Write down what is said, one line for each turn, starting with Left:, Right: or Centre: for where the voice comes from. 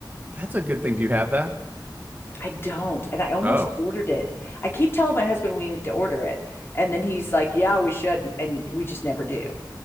Right: that's a good thing do you have that
Left: I don't. And I almost
Right: oh
Left: ordered it. I keep telling my husband we need to order it. And then he's like, yeah, we should. And we just never do.